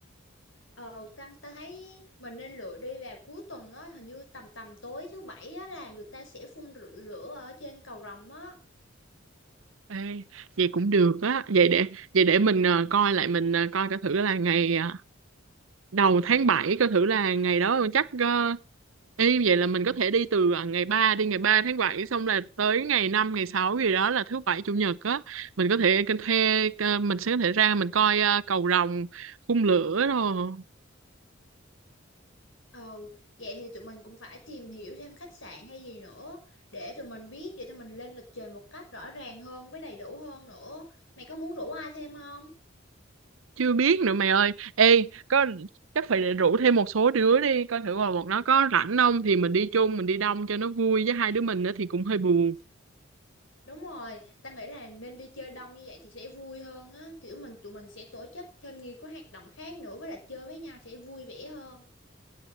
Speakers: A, on the left; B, on the right.
A: Ờ, ta, ta thấy mình nên lựa đi vào cuối tuần á, hình như tầm tầm tối thứ bảy á là người ta sẽ phun rự- lửa ở trên cầu rồng á.
B: Ê, vậy cũng được á vậy để vậy để mình ờ, coi lại mình ờ, coi coi thử là ngày ờ, đầu tháng bảy coi thử là ngày đó chắc ờ, y vậy là mình có thể đi từ ờ, ngày ba đi ngày ba tháng bảy xong là tới ngày 5 ngày 6 gì đó là thứ bảy chủ nhật á mình có thể cái thuê ờ, mình sẽ có thể ra mình coi ờ, cầu rồng phun lửa rồi
A: Ờ, vậy thì tụi mình cũng phải tìm hiểu thêm khách sạn hay gì nữa để tụi mình biết, để tụi mình lên lịch trình một cách rõ ràng hơn với đầy đủ hơn nữa. Mày có muốn rủ ai thêm không?
B: chưa biết nữa mày ơi ê có chắc phải rủ thêm một số đứa đi coi thử mà một nó có rảnh không thì mình đi chung mình đi đông cho nó vui với hai đứa mình nữa thì cũng hơi buồn
A: Đúng rồi, ta nghĩ là nên đi chơi đông như vậy thì sẽ vui hơn á, kiểu mình tụi mình sẽ tổ chức thêm nhiều cái hoạt động khác nữa với lại chơi với nhau sẽ vui vẻ hơn.